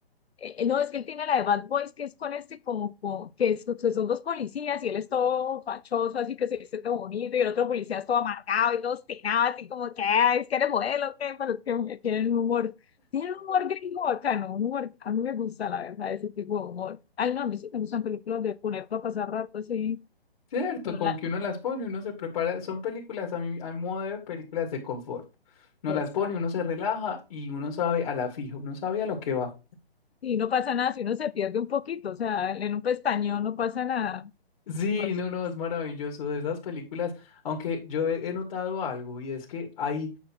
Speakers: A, on the left; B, on the left.
A: eh, eh, no, es que él tiene la de Bad Boys, que es con este como, como- que es- que son dos policías y él es todo fachoso, así que se viste todo bonito, y el otro policía es todo amargado y todo obstinado, así como que, "Ay, es que eres modelo, que, pero es que tienen un humor, tiene un humor gringo bacano, un humor, a mí me gusta, la verdad, ese tipo de humor. Ay, no, a mí sí me gustan películas de poner para pasar rato, así.
B: Cierto,
A: Pero
B: como que uno las pone, uno se prepara, son películas a mi, a mi modo de ver, películas de confort. Uno
A: la,
B: las pone, uno se relaja y uno sabe a la fija, uno sabe a lo que va.
A: Y no pasa nada si uno se pierde un poquito, o sea, en un pestañeo no pasa nada.
B: Sí,
A: Pues,
B: no,
A: <laughs>
B: no, es maravilloso de esas películas, aunque yo he he notado algo y es que hay